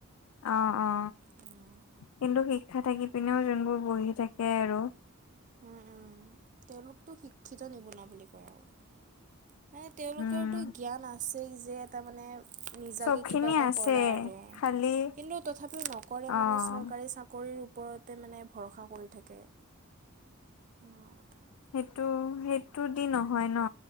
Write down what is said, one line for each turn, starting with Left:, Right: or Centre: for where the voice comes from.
Left: অ অ
Right: উম
Left: কিন্তু শিক্ষা থাকি পিনেও যোনবোৰ বহি থাকে আৰু
Right: উম উম তেওঁলোকতো শিক্ষিত নিবনুৱা বুলি কয় আৰু মানে তেওঁলোকৰতো
Left: উম,
Right: জ্ঞান আছেই যে তাৰ মানে নিজাকে
Left: চব খিনি
Right: কিবা এটা,
Left: আছে
Right: কৰা আৰু
Left: খালি
Right: কিন্তু তথাপিও নকৰে
Left: অ',
Right: মানে চৰকাৰী চাকৰি, চাকৰিৰ ওপৰতে মানে ভৰসা কৰি থাকে। হেনকা কথা।
Left: সেইটো সেইটো দি নহয় ন।